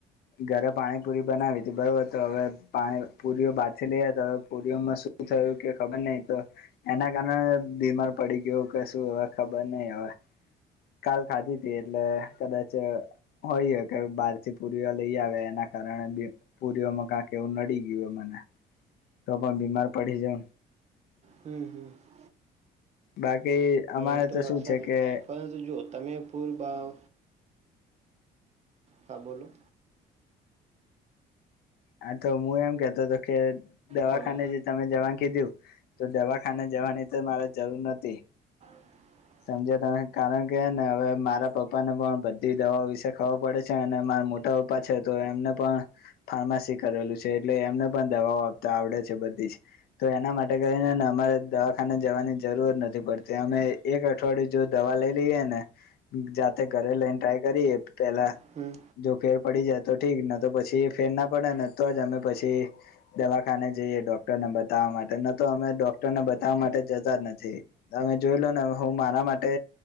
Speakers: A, on the left; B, on the right.
A: ઘરે પાણીપુરી બનાવી તી બરોબર, તો હવે પાણી પુરીઓ બહારથી લઈ આવ્યા તા તો પુરીઓમાં શું થયું કે ખબર નહીં તો એના કારણે બીમાર પડી ગયો કે શું હવે ખબર નહીં હવે. કાલ ખાધી તી એટલે કદાચ હોય હે કે બહાર થી પુરીઓ લઈ આવે, એના કારણે બે પુરીઓમાં કાક એવું નડી ગયું મને. તો પણ બીમાર પડી જઉ.
B: હમ્મ-હમ્મ.
A: બાકી અમારે
B: એ તો વરસાદે,
A: શું છે કે
B: પરંતુ જો તમે પુલ બહાવ હા બોલો.
A: હા તો હું એમ કેતો તો કે દવાખાને
B: હલો
A: જે તમે જવા કીધું તો દવાખાને જવાની તો મારે જરૂર નતી.
B: <inaudible>
A: સમજ્યા તમે, કારણ કે હે ને હવે મારા પપ્પાને પણ બધી દવા વિશે ખબર પડે છે, અને મારા મોટ તો પાછળ હતું, એમને પણ ફાર્માસી કરેલું છે, એટલે એમને પણ દવાઓ આપતા આવડે છે બધી જ. તો એના માટે કરીને હે ને અમારે દવાખાને જવાની જરૂર નથી પડતી, અમેય એક અઠવાડિયું જો દવા લઈ લઈએ ને, જાતે ઘરે લઈને ટ્રાય કરીએ પેલા.
B: હમ
A: જો ફેર પડી જાય તો ઠીક, નતર પછી ફેર ના પડે ને તો જ અમે પછી દવાખાને જઈએ ડોક્ટરને બતાવવા માટે, ન તો અમે ડોક્ટરને બતાવવા માટે જતા નથી. તમે જોઈ લો ને હવે હું મારા માટે